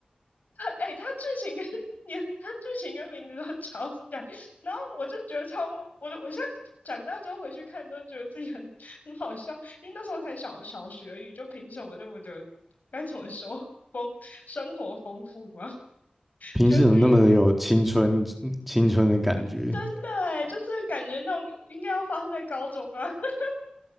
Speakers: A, on the left (about 65°); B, in the centre.
A: 哎，他剧情跟连它剧情跟名字都超像，然后我就觉得超，我我现在长大之后回去看都觉得自己很很好笑，因为那时候才小小学而已，就凭什么这么的该怎么说丰生活丰富吗？
B: 平时怎么那么的有青春青春的感觉？
A: 觉得自己很真的哎，就是感觉那种应该要发生在高中啊，<laughs>